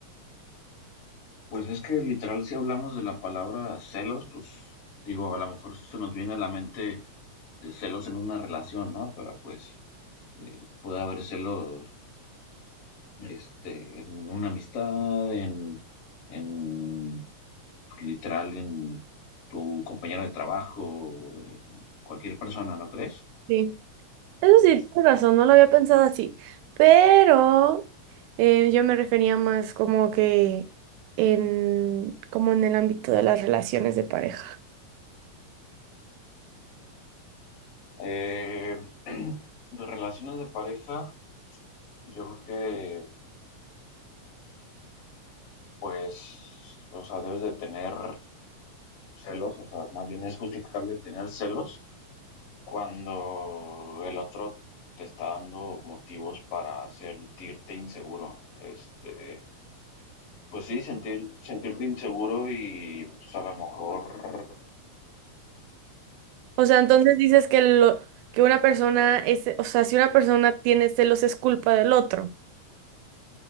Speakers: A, on the left; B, on the right.
A: Pues es que literal, si hablamos de la palabra celos, pues digo, a lo mejor se nos viene a la mente de celos en una relación, ¿no? Pero pues eh, puede haber celos este, en una amistad, en, en pues, literal, en tu compañero de trabajo, en cualquier persona, ¿no crees?
B: Sí. Eso
A: Es-
B: sí, tienes razón, no lo había pensado así, pero eh, yo me refería más como que en, como en el ámbito de las relaciones de pareja.
A: eh, <clears throat> de relaciones de pareja, yo creo que, pues, o sea, debes de tener celos, o sea, más bien es justificable tener celos cuando el otro te está dando motivos para sentirte inseguro. Este, pues sí, sentir, sentirte inseguro y pues a lo mejor
B: O sea, entonces dices que lo que una persona es, o sea, si una persona tiene celos es culpa del otro